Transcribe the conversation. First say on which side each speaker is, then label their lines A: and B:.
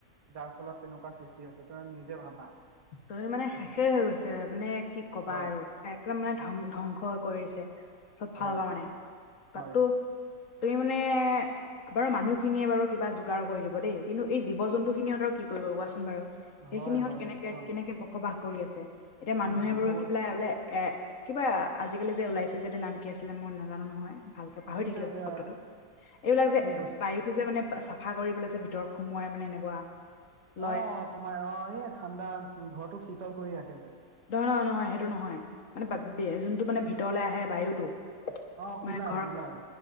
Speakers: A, on the right; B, on the left.
A: যাৰ ফলত তেনেকুৱা সৃষ্টি হৈছে ত নিজে ভাবা
B: তুমি মানে শেষেই হৈ গৈছে মানে কি কবা
A: হয়
B: আৰু একদম মানে ধং ধ্বংস কৰিছে চব ফালৰ
A: হয়
B: পৰা মানে, তাতো
A: হয়
B: তুমি মানে বাৰু মানুহখিনিয়ে বাৰু কিবা যোগাৰ কৰি দিব দেই কিন্তু এই জীৱ জন্তু খিনিহঁতৰ কি কৰিব কোৱাচোন বাৰু সেইখিনিহত
A: হয় হয়
B: কেনেকে
A: একদম
B: এনেকে বসবাস কৰি আছে এতিয়া মানুহে
A: অ
B: বোৰ
A: বহুত
B: কি পেলাই বোলে এ কিবা আজিকালি যে ওলাইছে যেতিয়া নাম কি আছিলে মই নাজানো নহয় ভালকে পাহৰি
A: আজি
B: থাকিলো
A: কি
B: শব্দটো এইবিলাক যে
A: বস্তু
B: বায়ুতো যে মানে চা চাফা কৰি পেলাই যে ভিতৰত সোমোৱাই মানে এনেকুৱা লয়
A: অ তোমাৰ অ এই ঠাণ্ডা ঘৰটোক শীতল কৰি ৰাখে যে
B: নহয় নহ নহয় সেইটো নহয় মানে বে যোনটো মানে ভিতৰলে আহে বায়ুটো
A: অ
B: মানে
A: কুলাৰ-
B: ঘৰ
A: কুলাৰ